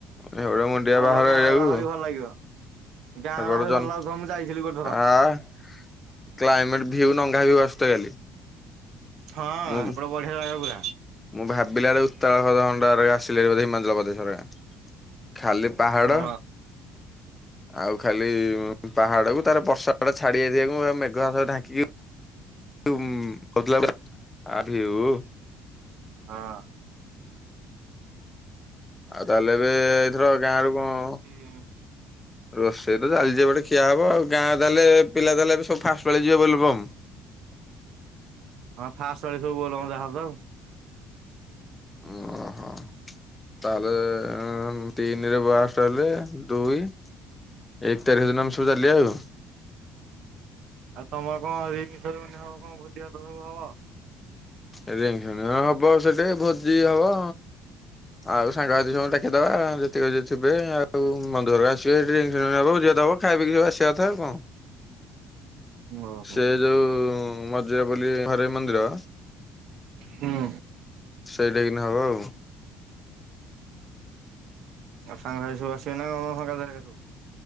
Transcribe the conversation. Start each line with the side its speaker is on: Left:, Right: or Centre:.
Left: ସେପଟେ ମୁଣ୍ଡିଆ
Right: ଭଲ
Left: ବାହାର
Right: ଗାଁ
Left: ଏରିଆକୁ
Right: ବାହରି ଭଲ ଲାଗିବ। ଗାଁ
Left: ସେପଟେ
Right: ଗୁରା ଭାରି
Left: ଜନ
Right: ଭଲ ଲାଗୁଥିବ ମୁଁ ଯାଇଥିଲି ଗୋଟେ ଥର।
Left: ଆ କ୍ଲାଇମେଟ୍ ଭିଉ ନଙ୍ଘା ବି <unintelligible> କାଲି।
Right: ହଁ,
Left: ମୁଁ
Right: ସେପଟେ ବଢ଼ିଆ ଜାଗା ପୁରା।
Left: ମୁଁ ଭାବିଲା ବେଳକୁ <unintelligible> ଆସିଲେ ବୋଧେ ହିମାଚଳ ପ୍ରଦେଶ ଗୁରା। ଖାଲି ପାହାଡ଼
Right: ହଁ
Left: ଆଉ ଖାଲି ପାହାଡକୁ ତାର ବର୍ଷା <unintelligible> ଛାଡି ଆସିବାକୁ ଆଉ ମେଘୁଆ ପାଗ ଢାଙ୍କିକି <unintelligible>
Right: ହଁ।
Left: ଆଉ ତାହେଲେ ଏବେ ଏଇଥର ଗାଁରୁ କଣ
Right: ହୁଁ।
Left: ରୋଷେଇ ତ ଚାଲିଚି ଏପଟେ ଖିଆ ହବ ଆଉ। ଗାଁ ତାହେଲେ ପିଲା ତାହେଲେ ଏବେ ସବୁ ଫାଷ୍ଟ ପାଳି ଯିବେ ବୋଲବମ୍?
Right: ହଁ ଫାଷ୍ଟ ପାଳି ସବୁ ଭଲ ମଜା ହବ ଆଉ।
Left: ଓହୋ ତାହେଲେ ଏଁ ତିନିରେ <unintelligible> ହେଲେ ଦୁଇ ଏକ ତାରିଖ ଦିନ ଆମେ ସବୁ ଚାଲିଆ ଆଉ।
Right: ଆଉ ତମର କଣ ରିଙ୍ଗ ସେରିମନି ହବ କଣ ଭୋଜି ଭାତ‌ ସବୁ ହବ?
Left: ଏ ରିଙ୍ଗ ସେରିମନି ହବ ସେଠି ଭୋଜି ହବ। ଆଉ ସାଙ୍ଗସାଥି ସମସ୍ତଙ୍କୁ ଡାକିଦବା, ଯେତିକ ଯିଏ ଥିବେ ଆଉ ବନ୍ଧୁ ହେରିକା ଆସିବେ ରିଙ୍ଗ ସେରିମନି ହବ, ଭୋଜି ଭାତ ହବ ଖାଇ ପିଇକି ସବୁ ଆସିଆ କଥା ଆଉ କଣ?
Right: ଓହୋ।
Left: ସେ ଯୋଉ ମଜୁଆ ବୋଲି ଘରୋଇ ମନ୍ଦିର
Right: ହୁଁ।
Left: ସେଇଟିକିନା ହବ ଆଉ।
Right: ଆଉ ସାଙ୍ଗସାଥି ସବୁ ଆସିବେ ନାଁ କଣ <unintelligible>